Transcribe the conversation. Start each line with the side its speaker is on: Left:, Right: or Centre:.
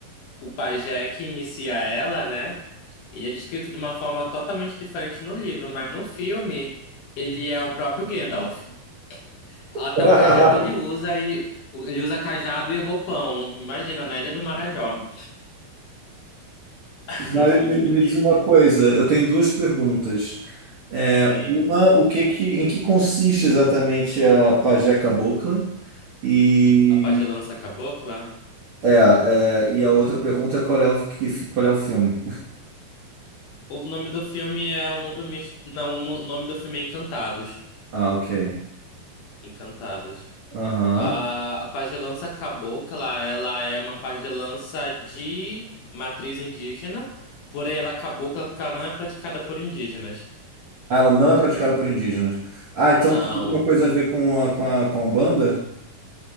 Left: o pajé que inicia ela, né? Ele é descrito de uma forma totalmente diferente no livro, mas no filme ele é o próprio Gandalf. Até
Right: <laughs>
Left: o cajado ele usa e ele usa cajado e roupão. Imagina, na Ilha do Marajó. <laughs>
Right: Mas me, me diz uma coisa, eu tenho duas perguntas. É,
Left: Sim,
Right: uma, o que que, em que consiste exatamente a pajé cabocla? E,
Left: a pagelança cabocla.
Right: é, é, e a outra pergunta é qual é o, que, qual é o filme?
Left: O nome do filme é O Mundo Místico. Não, o mu- o nome do filme é Encantados.
Right: Ah, ok.
Left: Encantados.
Right: Aham.
Left: A, a pagelança cabocla, ela é uma pagelança de matriz indígena, porém ela é cabocla porque ela não é praticada por indígenas.
Right: Ah, ela não é praticada por indígenas. Ah, então
Left: Não.
Right: tem alguma
Left: por-
Right: coisa a ver com a, com a, com a Umbanda?